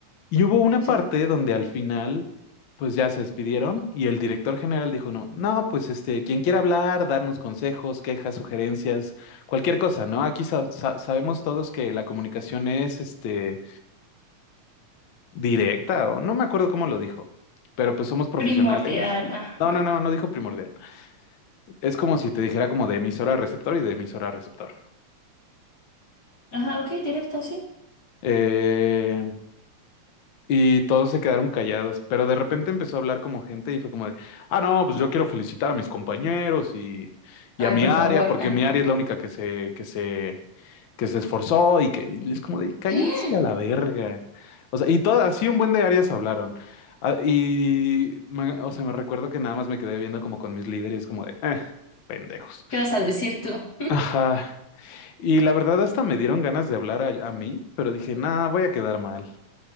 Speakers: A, on the left; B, on the left.
A: Y hubo una
B: Sí.
A: parte donde al final, pues ya se despidieron y el director general dijo, no, no, pues este, quien quiera hablar, darnos consejos, quejas, sugerencias, cualquier cosa, ¿no? Aquí sa- sa- sabemos todos que la comunicación es, este, directa o no me acuerdo cómo lo dijo, pero pues somos profesionales.
B: Primordial, ajá.
A: No, no, no, no dijo primordial. Es como si te dijera como de emisora a receptor y de emisora a receptor.
B: Ajá, ok, directo, sí.
A: Eh, Y todos se quedaron callados, pero de repente empezó a hablar como gente y fue como de, ah, no, pues yo quiero felicitar a mis compañeros y, y
B: Ay,
A: a mi
B: por
A: área,
B: favor,
A: porque
B: ajá.
A: mi área es la única que se, que se, que se esforzó y que y es como de, cállense
B: <gasps> ¿Qué
A: a la verga. O sea, y todo, así un buen de áreas hablaron. Ah, y, me- o sea, me recuerdo que nada más me quedé viendo como con mis líderes, como de, eh, pendejos.
B: vas a decir tú?
A: Ajá. Y la verdad hasta me dieron ganas de hablar a, a mí, pero dije, nah, voy a quedar mal.